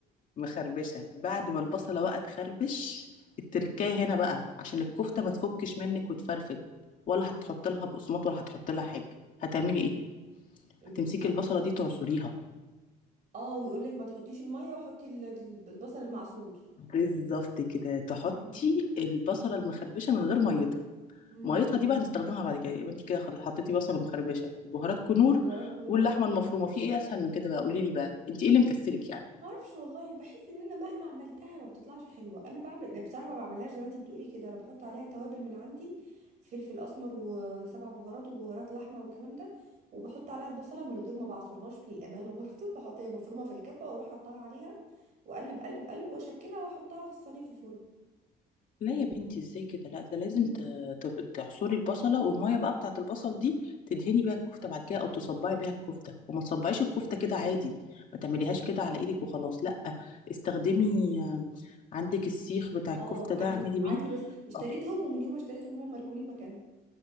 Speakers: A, on the left; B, on the right.
A: مخربشه بعد ما البصله بقى تخربش التركايه هنا بقى عشان الكفته ما تفكش منك وتفرفد ولا هتحط لها بقسماط ولا هتحط لها حاجه هتعملي ايه
B: قولي
A: هتمسكي
B: لي
A: البصله دي تعصريها
B: اه ويقول لك ما تحطيش الميه وحطي ال- ال- البصل المعصور
A: بالظبط كده تحطي
B: ايوه
A: البصله المخربشه من غير ميتها
B: امم
A: ميتها دي بقى هنستخدمها بعد كده يبقى انت كده خلاص حطيتي بصله مخربشه وبهارات كنور
B: بهارات كنوز
A: واللحمه المفرومه في ايه اسهل من كده بقى قولي لي بقى انت ايه اللي مكسلك يعني
B: ما اعرفش والله بحس ان انا مهما عملتها ما بتطلعش حلوه انا بعمل لا، بصراحه ما بعملهاش زي ما انتي بتقولي كده انا بحط عليها توابل من عندي فلفل اسمر وسبع بهارات وبهارات لحمه والكلام ده وبحط عليها البصله من غير ما بعصرهاش للامانه برضو <laughs> بحط هي مفرومه في الكبه واروح حطها عليها واقلب قلب قلب واشكلها واحطها في الصينيه في الفرن
A: لا يا بنتي ازاي كده لا ده لازم
B: مم.
A: ت- ت- تعصري البصله والميه بقى بتاعه البصل دي تدهني بيها الكفته بعد كده او تصبعي بيها الكفته وما تصبعيش الكفته كده عادي ما تعمليهاش كده على ايدك وخلاص لا استخدمي آه، عندك السيخ بتاع الكفته
B: اه
A: ده
B: عندي
A: اعملي بيه
B: عندي بس اشتريتهم
A: آه،
B: ومن يوم ما اشتريتهم هم مركونين مكانهم